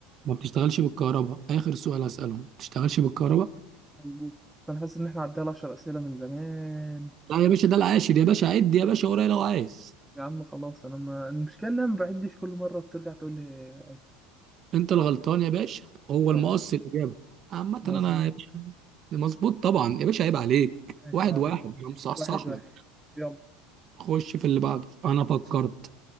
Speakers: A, on the right (about 40°); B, in the centre.
A: ما بتشتغلش بالكهرباء آخر سؤال هسألهم ما بتشتغلش بالكهرباء
B: مظبوط انا حاسس ان احنا عدينا على 10 اسئله من زمان
A: لا يا باشا ده العاشر يا باشا عد يا باشا ورايا لو عايز
B: يا عم خلاص انا ما المشكله ان انا ما بعدش كل مره بترجع تقول لي
A: انت الغلطان يا باشا هو
B: صح
A: المقص الإجابة عامة
B: مظبوط
A: انا يا باشا مظبوط طبعا يا باشا عيب عليك
B: مظبوط ماشي
A: واحد
B: يا عم
A: واحد انا مصحصح
B: واحد واحد
A: لك
B: يلا
A: خش في اللي بعده انا فكرت